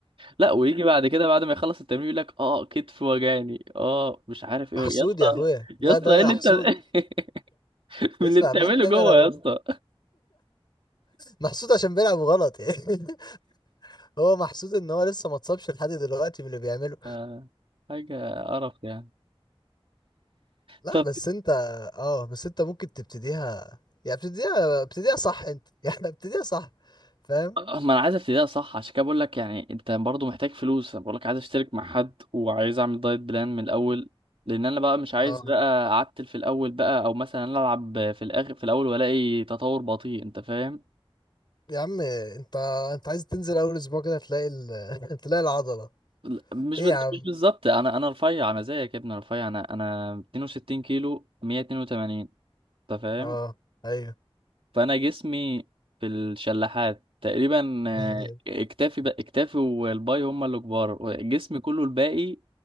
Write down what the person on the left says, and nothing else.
محسود
يا اخويا لا
ده ايوه
محسود
اسمع
مني
انا لو
محسود عشان بيلعب غلط يعني <laughs> هو محسود ان هو لسه ما اتصابش لحد دلوقتي من اللي بيعمله
لا
بس انت اه بس انت ممكن تبتديها يعني ابتديها ابتديها صح انت <laughs> يعني ابتديها صح فاهم
اه
يا عم انت انت عايز تنزل اول اسبوع كده تلاقي ال... <laughs> تلاقي العضلة
ايه
يا عم
اه ايوه
<laughs>